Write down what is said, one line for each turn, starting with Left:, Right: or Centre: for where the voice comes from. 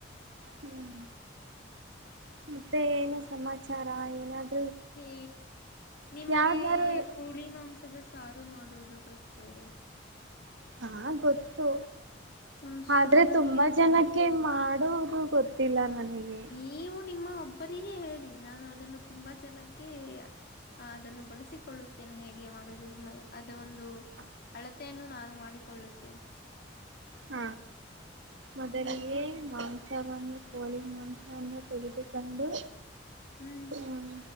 Right: ಹ್ಮ್ ಮತ್ತೆ ಏನು ಸಮಾಚಾರ ಏನಾದ
Left: ಹ ನಿಮಗೆ
Right: ಯಾವ್ದಾರು
Left: ಕೋಳಿ ಮಾಂಸದ ಸಾರು ಮಾಡುವುದು ಗೊತ್ತೆ
Right: ಹಾ ಗೊತ್ತು
Left: ಒಂದು
Right: ಆದ್ರೆ
Left: ಸ್ವಲ್ಪ
Right: ತುಂಬಾ
Left: ಹೇಳಿ
Right: ಜನಕ್ಕೆ
Left: ಕೊಡುತ್ತೀರಿ
Right: ಮಾಡುವುದು ಗೊತ್ತು ಗೊತ್ತಿಲ್ಲ ನನಗೆ
Left: ನೀವು ನಿಮ್ಮ ಒಬ್ಬರಿಗೆ ಹೇಳಿ ನಾನು ಅದನ್ನು ತುಂಬಾ ಜನಕ್ಕೆ ಅದನ್ನು ಬಳಸಿಕೊಳ್ಳುತ್ತೇನೆ ಹೇಗೆ ಮಾಡುದು ಅದ ಒಂದು ಅಳತೆಯನ್ನು ನಾನು ಮಾಡಿಕೊಳ್ಳುತ್ತೇನೆ
Right: ಹ ಮೊದಲಿಗೆೇ
Left: ಹ್ಮ್
Right: ಮಾಂಸವನ್ನು ಕೋಳಿ ಮಾಂಸವನ್ನು ತೆಗೆದು ಕೊಂಡು
Left: ಹ್ಮ್
Right: ಹ್ಮ್